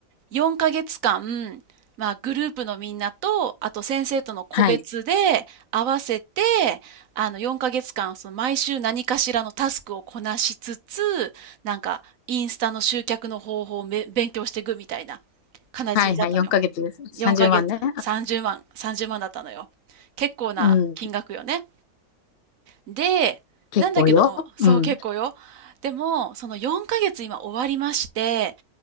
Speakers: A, on the right; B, on the left.
A: 4ヶ月間、まあグループのみんなと、あと先生との個別で合わせて、
B: はい。
A: あの4ヶ月間、その毎週何かしらのタスクをこなしつつ、なんかインスタの集客の方法をめ勉強していくみたいな感じだったのよ。
B: はいはい。4ヶ月です。30万ね。
A: 4ヶ月、30万、30万だったのよ。結構な金額よね。
B: うん。うん。
A: で、
B: 結構よ。
A: なんだけども、そう結構よ。
B: うん。
A: でも、その4ヶ月今終わりまして、